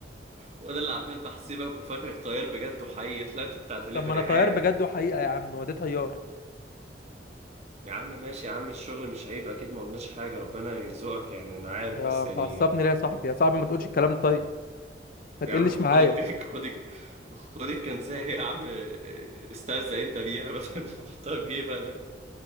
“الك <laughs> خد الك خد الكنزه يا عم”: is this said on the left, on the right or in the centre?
Right